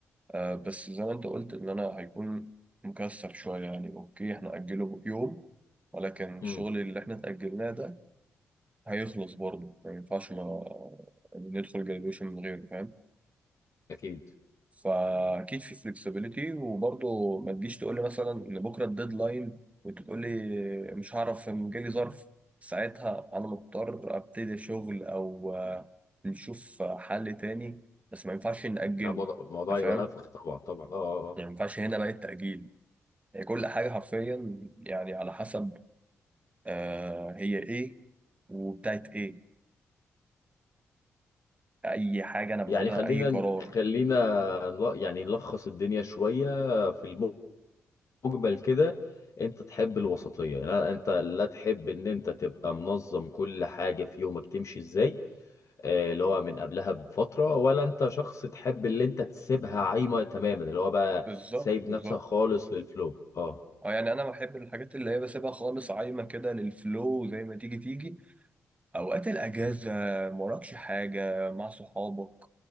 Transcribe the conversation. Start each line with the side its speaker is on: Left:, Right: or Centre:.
Right: آه، بس زي ما انت قلت ان انا هيكون مكسل شوية يعني اوكي احنا اجله يوم ولكن الشغل
Left: امم
Right: اللي احنا اتأجلناه ده هيخلص برضه ما ينفعش ما ندخل جراديويشن من غيره فاهم
Left: اكيد
Right: فاكيد في فلكسبيليتي وبرضه ما تجيش تقول لي مثلا ان بكره الديدلاين وانت تقول لي مش هعرف جالي ظرف ساعتها انا مضطر ابتدي شغل او آه، نشوف حل تاني بس ما ينفعش نأجله
Left: لا موضوع- الموضوع
Right: انت
Left: يبقى
Right: فاهم
Left: نفخ طبعا طبعا اه اه آه.
Right: يعني ما ينفعش هنا بقى التأجيل هي كل حاجة حرفيا يعني على حسب آه هي ايه وبتاعت ايه اي حاجة انا باخدها
Left: يعني خلينا
Right: اي قرار
Left: خلينا نل- يعني نلخص الدنيا شويه في مجمل كده انت تحب الوسطية لا انت لا تحب ان انت تبقى منظم كل حاجة في يومك تمشي ازاي آه، اللي هو من قبلها بفترة ولا انت شخص تحب اللي انت تسيبها عايمة تماما اللي هو بقى
Right: بالظبط
Left: سايب
Right: بالظبط
Left: نفسك خالص للفلو اه
Right: اه يعني انا بحب الحاجات اللي هي بسيبها خالص عايمة كده للفلو زي ما تيجي تيجي اوقات الاجازة موراكش حاجة مع صحابك